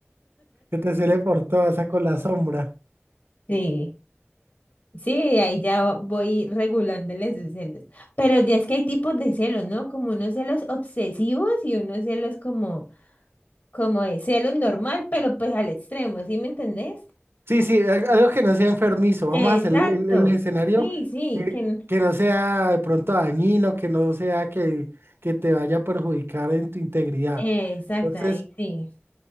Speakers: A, on the right; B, on the left.
A: que te cele por todo, o sea, con la sombra.
B: Sí, sí, ahí ya va- voy regulándole sus celos. Pero ya es que hay tipos de celos, ¿no? Como unos celos obsesivos y unos celos como, como de celos normal, pero pues al extremo, ¿sí me entendés?
A: Sí, sí, al- algo que no sea enfermizo. Vamos
B: Exacto.
A: a hacer el, el- el escenario
B: Sí, sí,
A: que,
B: que n-
A: que no sea de pronto dañino, que no sea que, que te vaya a perjudicar en tu integridad.
B: exacto,
A: Entonces,
B: ahí sí.